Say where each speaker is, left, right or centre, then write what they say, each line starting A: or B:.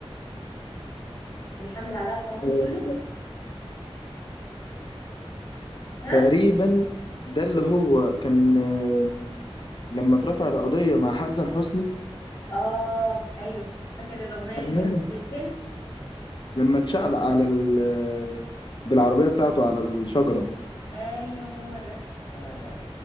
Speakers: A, on the left; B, on the left.
A: بيحمل عليها القانون
B: منه
A: كله ها؟
B: تقريبا ده اللي هو كان آه، لما اترفع القضية مع حسن حسني
A: آه أيوه فاكر الأغنية
B: تمام
A: اللي كانت في الفيلم؟
B: لما اتشعلق على ال آه، بالعربية بتاعته على الشجرة
A: أيوه هو ده هو ده